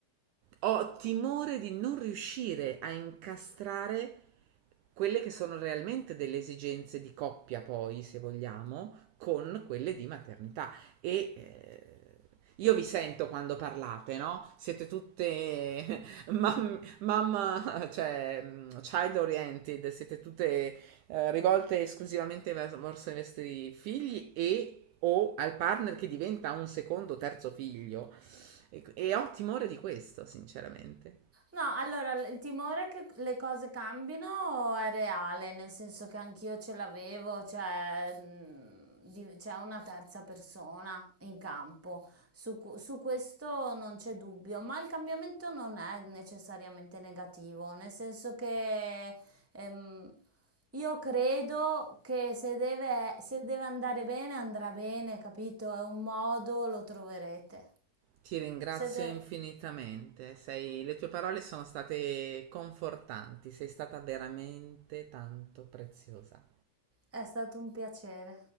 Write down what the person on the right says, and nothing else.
ho timore di non riuscire a incastrare quelle che sono realmente delle esigenze di coppia, poi, se vogliamo, con quelle di maternità. E eh, io vi sento quando parlate, no? Siete tutte <laughs> mam- Mamma, <laughs> cioè mh, child oriented, siete tutte eh, rivolte esclusivamente vers- verso i vostri figli e o al partner che diventa un secondo, terzo figlio. E, e ho timore di questo, sinceramente.
Ti ringrazio
infinitamente, sei- le tue parole sono state confortanti, sei stata veramente tanto preziosa.